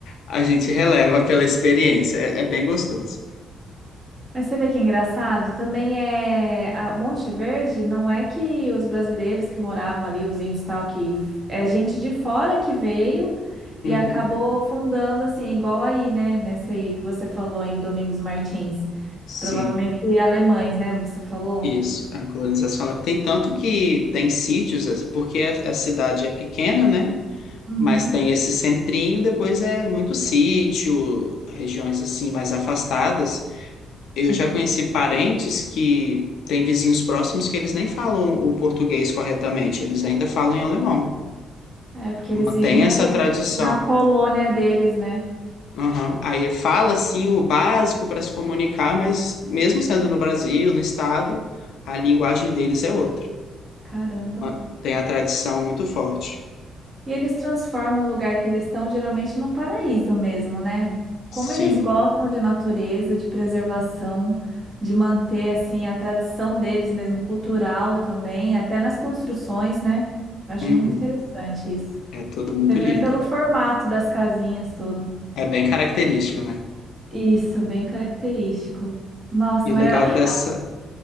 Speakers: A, on the left; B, on the right.
A: a gente releva pela experiência. É, é bem gostoso.
B: Mas você vê que é engraçado, também é a Monte Verde, não é que os brasileiros que moravam ali, os índios e tal, que f- é gente de fora que veio
A: Uhum.
B: e acabou fundando assim, igual aí, né, nesse aí que você falou em Domingos Martins,
A: Sim,
B: provavelmente alemães, né, você falou?
A: isso. A colonização ela- tem tanto que tem sítios, as- porque a, a cidade é pequena, né?
B: Uhum,
A: Mas tem esse centrinho, depois é muito sítio, regiões assim mais afastadas. Eu
B: sim.
A: já conheci parentes que têm vizinhos próximos que eles nem falam o português corretamente, eles ainda falam em alemão.
B: É porque
A: Mantém
B: eles vivem
A: essa
B: ali
A: tradição.
B: na, na colônia deles, né?
A: Aham. Aí fala sim o básico para se comunicar, mas mesmo sendo no Brasil, no estado, a linguagem deles é outra.
B: Caramba.
A: Ma- Tem a tradição muito forte.
B: E eles transformam o lugar que eles estão geralmente num paraíso mesmo, né? Como
A: Sim.
B: eles gostam de natureza, de preservação, de manter assim a tradição deles mesmo, cultural também, até nas construções, né? Eu acho
A: Uhum.
B: muito interessante isso.
A: É tudo muito
B: Você vê
A: lindo.
B: pelo formato das casinhas tudo.
A: É bem característica, né?
B: Isso, bem característico. Nossa,
A: E o
B: mas
A: legal dessa.
B: ó,